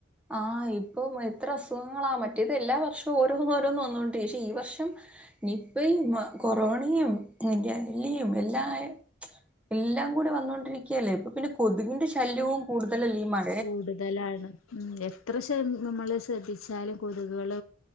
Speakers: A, in the centre; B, on the left.
A: ആഹ് ഇപ്പൊ എത്ര അസുഖങ്ങളാ മറ്റേത് എല്ലാ വർഷവു ഓരോന്നോരോന്നോന്നണ്ട് പക്ഷേ ഈ വർഷം നിപ്പയും കൊറോണയും ഗല്ലിയും എല്ലാ ആയ എല്ലാം കൂടി വന്നൊണ്ടിരിക്കയല്ലേ ഇപ്പൊ പിന്നെ കൊതുകിന്റെ ശല്യവും കൂടുതലല്ലിമയ
B: കൂടുതലാണ് ഉഉം എത്ര ശ നമ്മള് ശ്രദ്ധിച്ചാലും കൊതുകുകൾ